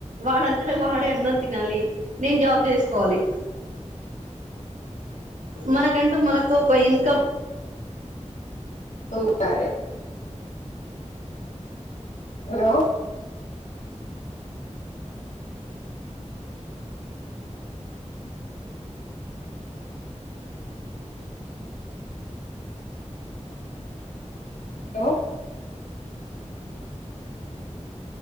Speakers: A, on the right; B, on the left.
A: వాడంటేనే వాడే అన్నం తినాలి నేను జాబ్ చేసుకోవాలి మనకంటూ మనకు ఒక ఇన్కమ్
B: ఉండాలీ హలో హలో